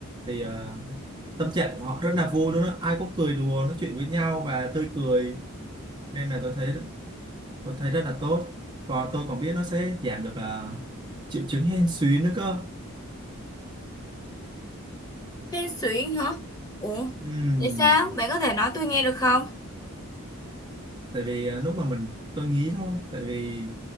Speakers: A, on the right; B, on the left.
A: thì ờ, tâm trạng của họ rất là vui luôn á ai cũng cười đùa nói chuyện với nhau và tươi cười nên là tôi thấy tôi thấy rất là tốt còn tôi còn biết nó sẽ giảm được ờ, triệu chứng hen suyễn nữa cơ
B: Hên xuyễn hả? Ủa?
A: Ừm,
B: Tại sao? Bạn có thể nói tôi nghe được không?
A: tại vì ờ, lúc mà mình tôi nghĩ thôi tại vì